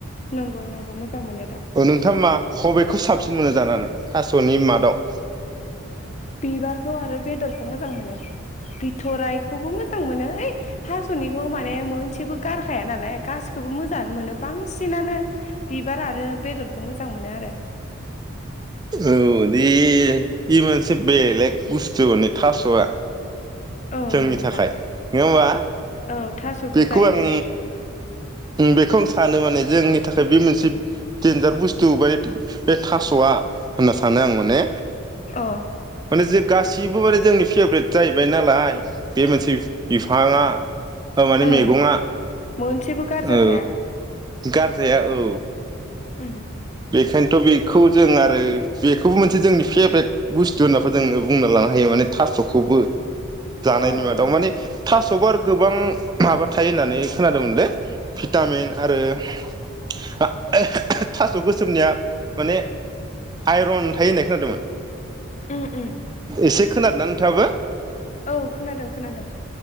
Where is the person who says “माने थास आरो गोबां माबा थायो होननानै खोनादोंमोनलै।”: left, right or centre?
Right